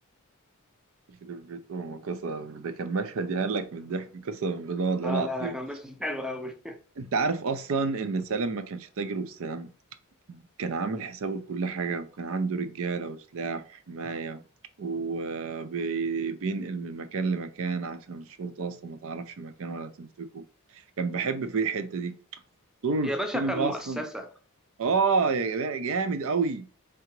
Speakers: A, on the right (about 60°); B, in the centre.
A: يخرب بيت أمه قسما ده كان مشهد يهلك من الضحك قسما بالله والله
B: اه
A: العظيم
B: لا لا كان ماشي حلو قوي
A: أنت عارف أصلا إن سالم ما كانش تاجر والسلام كان عامل حسابه لكل حاجة وكان عنده رجالة وسلاح وحماية وبينقل من مكان لمكان عشان الشرطة أصلا ما تعرفش مكان ولا تمسكه كان بحب فيه الحتة دي طول
B: <laughs> يا
A: الفيلم
B: باشا كان مؤسسه
A: أصلا آه يا جماعة جامد أوي